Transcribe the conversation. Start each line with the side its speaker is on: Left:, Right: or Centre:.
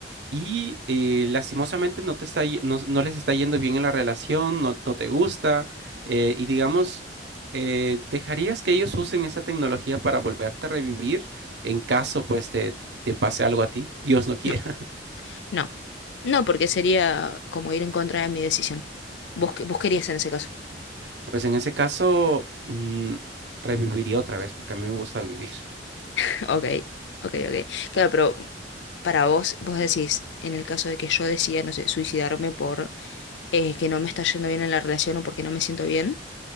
Right: Y eh, lastimosamente no te está, ye- no, no les está yendo bien en la relación, no, no te gusta, eh, y digamos, eh, ¿dejarías que ellos usen esa tecnología para volverte a revivir en caso, pues, te, te pase algo a ti? Dios no quiera.
Left: No, no, no, porque sería como ir en contra de mi decisión. Vos, qué- vos querías en ese caso.
Right: Pues en ese caso, mm, reviviría otra vez, porque a mí me gusta vivir.
Left: <laughs> Ok, ok, ok. Claro, pero para vos, vos decís, en el caso de que yo decida, no sé, suicidarme por eh, que no me está yendo bien en la relación o porque no me siento bien,